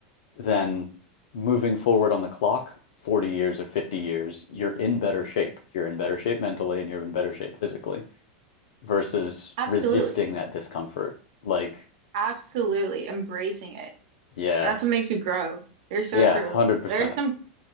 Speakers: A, on the left; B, on the right.
A: then moving forward on the clock, 40 years or 50 years, you're in better shape. You're in better shape mentally and you're in better shape physically versus
B: absolutely
A: resisting that discomfort. Like,
B: absolutely embracing it
A: yeah,
B: and that's what makes you grow you're so
A: yeah,
B: true
A: 100%.
B: there's some